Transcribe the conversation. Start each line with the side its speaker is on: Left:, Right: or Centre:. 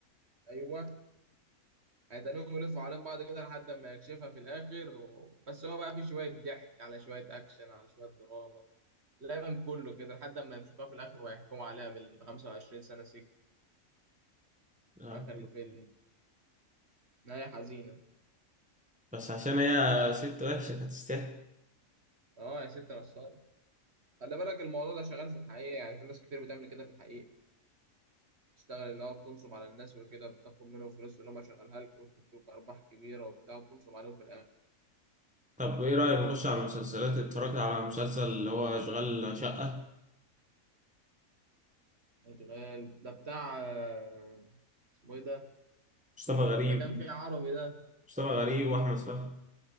Right: ايوه هيتنهم يلفوا حوالين بعض كده لحد ما يكشفها في الاخر و... بس هو بقى فيه شوية ضحك على شوية اكشن على شوية دراما لا من كله كده لحد ما يمسكوها في الاخر ويحكموا عليها بال 25 سنة سجن
Centre: آه.
Right: في اخر الفيلم نهاية حزينة
Centre: بس عشان هي ست وحشه كانت تستحق
Right: اه يا ست نصاب خلي بالك الموضوع ده شغال في الحقيقة يعني في ناس كتير بتعمل كده في الحقيقة تشتغل اللي هو بتنصب على الناس وكده بتاخد منهم فلوس اللي هم شغالها لك وتدوك أرباح كبيرة وبتاع وبتنصب عليهم في الآخر
Centre: طب ايه رأيك نخش على المسلسلات اتفرجت على مسلسل اللي هو اشغال شقة
Right: إشغال ده بتاع آه، اسمه إيه ده
Centre: مصطفى غريب
Right: اللي كان فيه عربي ده
Centre: مصطفى غريب واحمد فهمي